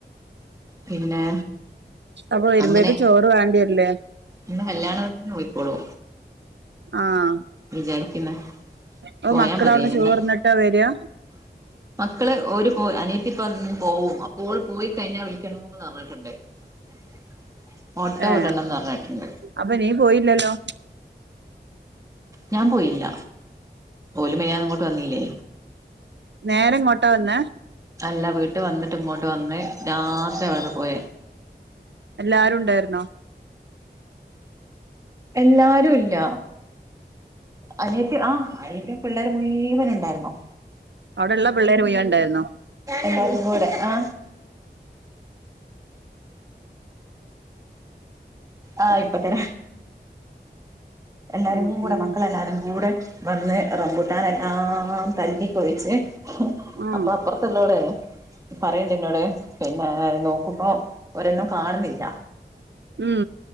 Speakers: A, on the right; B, on the right.
A: പിന്നെ
B: അപ്പൊ വരുമ്പേക്ക്
A: അങ്ങനെ
B: ചോറ് വേണ്ടിയേരില്ലേ
A: ഇന്ന് കല്യാണത്തിന് പോയിക്കോളൂ
B: ആഹ
A: വിചാരിക്കുന്ന്
B: അപ്പൊ
A: പോയാ
B: മക്കളവിട്ന്ന്
A: മതിയേനിന്ന്
B: ചോർന്നിട്ടാ വരാ
A: <inaudible> മക്കള് ഒരു പോ അനിയത്തി ഇപ്പ ഇന്ന് പോവും അപ്പോഓള് പോയി കഴിഞ്ഞാൽ വിളിക്കണന്ന് പറഞ്ഞിട്ടുണ്ട് <unintelligible> ഓട്ടോ
B: ഏ
A: വിടണംന്ന് പറഞ്ഞിട്ടുണ്ട്
B: അപ്പൊ നീ പോയില്ലല്ലോ
A: ഞാൻ പോയില്ല ഓലു മിനിയാന്ന് ഇങ്ങോട്ട് വന്നില്ലേ
B: നേര ഇങ്ങോട്ടാ വന്നെ
A: അല്ല വീട്ട് വന്നിട്ട് ഇങ്ങോട്ട് വന്ന് രാത്രി ഇവിടെന്ന് പോയ
B: എല്ലാരും ഇണ്ടായിരുന്നോ
A: എല്ലാരും ഇല്ല അനിയത്തി ആ അനിയത്തി പിള്ളേരും മുയ്‌വൻ ഉണ്ടായിരുന്നു
B: അവിടെള്ള പിള്ളേര് മൊയിവോ ഇണ്ടായിരുന്നോ
A: എല്ലാരും കൂടെ ആ ആ ഇപ്പത്തര എല്ലാരും
B: ഉം
A: കൂടെ
B: ഉം
A: മക്കളെല്ലാരും കൂടെ വന്ന് റംമ്പൂട്ടാന് എല്ലാം തല്ലിക്കൊഴിച്ച്
B: ആഹ്
A: അപ്പൊ തിള്ളോളെ പറയണ്ട്ന്നോട് പിന്നെ നോക്കുമ്പോ ഒരെണ്ണം കാണുന്നില്ല
B: ഉം